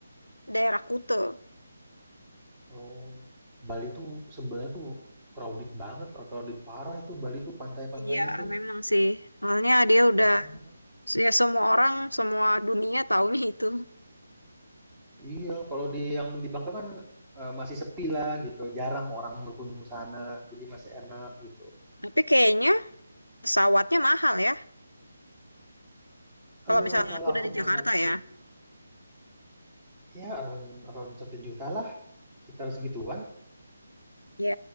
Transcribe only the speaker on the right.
Oh, Bali tuh sebenarnya tuh crowded banget, or crowded parah itu Bali tuh pantai-pantainya
tuh
ramai.
Iya, kalau di yang di Bangka kan eh, masih sepi lah gitu, jarang orang berkunjung ke sana, jadi masih enak gitu.
Eh,
kalau
akomodasi
ya around around satu juta lah, sekitar segituan.